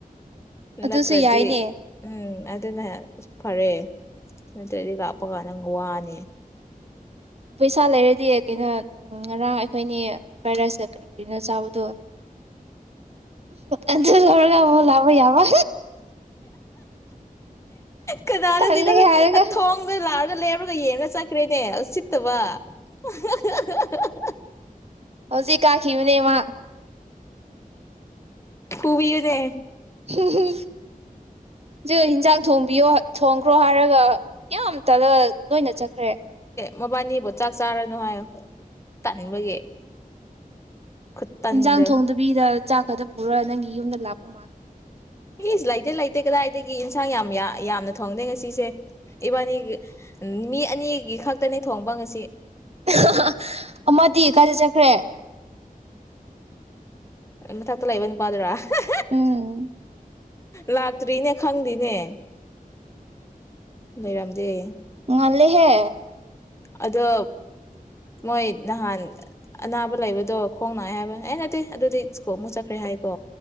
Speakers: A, on the right; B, on the left.
A: ꯑꯗꯨꯁꯨ
B: ꯅꯠꯇ꯭ꯔꯗꯤ
A: ꯌꯥꯏꯅꯦ
B: ꯎꯝ ꯑꯗꯨꯅ ꯐꯔꯦ ꯗꯤ ꯂꯥꯛꯄ ꯀꯥꯟ ꯅꯪ ꯋꯥꯅꯦ
A: ꯄꯩꯁꯥ ꯂꯩꯔꯗꯤ ꯀꯩꯅꯣ ꯉꯔꯥꯡ ꯑꯩꯈꯣꯏꯅꯤ ꯐ꯭ꯔꯥꯏ ꯔꯥꯏꯁꯀ ꯀꯔꯤ ꯀꯔꯤꯅꯣ ꯆꯥꯕꯗꯣ ꯑꯗꯨ ꯂꯧꯔꯒ ꯑꯃꯨꯛ ꯂꯛꯄ ꯌꯥꯕ
B: ꯀꯅꯥꯅꯣ
A: ꯇꯜꯂꯦ
B: ꯁꯤꯗ
A: ꯍꯥꯏꯔꯒ
B: ꯊꯣꯡꯗ ꯂꯥꯛꯑꯒ ꯂꯦꯞꯨꯔꯒ ꯌꯦꯡꯉ ꯆꯠꯈ꯭ꯔꯦꯅꯦ ꯎꯁꯤꯠꯇꯕ <unintelligible>
A: ꯍꯧꯖꯤꯛ ꯀꯥꯈꯤꯕꯕꯅꯦ ꯃꯥ
B: ꯐꯨꯕꯤꯕꯅꯦ
A: <unintelligible> ꯖꯨ ꯍꯤꯟꯖꯡ ꯊꯣꯝꯕꯤꯑꯣ ꯊꯣꯡꯈ꯭ꯔꯣ ꯍꯥꯏꯔꯒ ꯌꯥꯝ ꯇꯜꯂ ꯂꯣꯏꯅ ꯆꯠꯈ꯭ꯔꯦ
B: ꯃꯥꯕꯅꯤꯕꯥ ꯆꯥꯛ ꯆꯥꯔꯅꫭ ꯍꯥꯏꯌꫭ ꯇꯟꯕꯒꯤ ꯈꯨ ꯇꯟꯗꫭ
A: ꯏꯟꯖꯥꯡ ꯊꯣꯡꯗꯕꯤꯗ ꯆꯥꯛ ꯈꯛꯇ ꯄꯨꯔꯔ ꯅꯪꯒꯤ ꯌꯨꯝꯗ ꯂꯥꯛꯄ ꯃꯥꯜꯂꯦ
B: ꯏꯁ ꯂꯩꯇꯦ ꯂꯩꯇꯦ ꯀꯗꯥꯏꯗꯒꯤ ꯏꯟꯁꯥꯡ ꯌꯥꯝ ꯌꯥꯝꯅ ꯊꯣꯡꯗꯦ ꯉꯁꯤꯁꯦ ꯏꯕꯥꯅꯤ ꯃꯤ ꯑꯅꯤꯒꯤ ꯈꯛꯇꯅꯤ ꯊꯣꯡꯕ ꯉꯁꯤ
A: <unintelligible> ꯑꯃꯗꯤ ꯀꯥꯏꯗ ꯆꯠꯈ꯭ꯔꯦ <inaudible>
B: ꯃꯊꯛꯇ ꯂꯩꯕ ꯅꯨꯄꯥ ꯗꯨꯔꯥ <unintelligible>
A: ꯎꯝ
B: ꯂꯥꯛꯇ꯭ꯔꯤꯅꯦ ꯈꯪꯗꯦꯅꯦ ꯂꯩꯔꯝꯗꯦ
A: ꯉꯜꯂꯦꯍꯦ
B: ꯑꯗꯣ ꯃꯣꯏ ꯅꯍꯥꯟ ꯑꯅꯥꯕ ꯂꯩꯕꯗꯣ ꯈꯣꯡ ꯅꯥꯑ ꯍꯥꯏꯕ ꯑꯩ ꯅꯠꯇꯦ ꯑꯗꯨꯗꯤ ꯁ꯭ꯀꯣ ꯑꯃꯨꯛ ꯆꯠꯈ꯭ꯔꯦ ꯍꯥꯏꯀꯣ